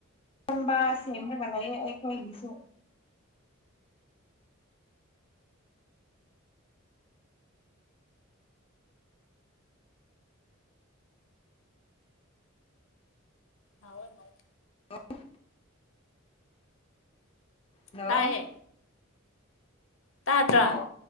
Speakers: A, on the left; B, on the left.
A: ꯍꯕ ꯁꯦꯝꯔꯕ ꯂꯩ ꯑꯩꯈꯣꯏ ꯏꯂꯤꯁꯨ
B: ꯍꯥꯎꯋꯦ ꯍꯥꯎꯋꯦ
A: ꯑꯣ ꯍꯜꯂꯣ
B: ꯇꯥꯏꯌꯦ ꯇꯥꯗ꯭ꯔꯥ
A: ꯑꯣ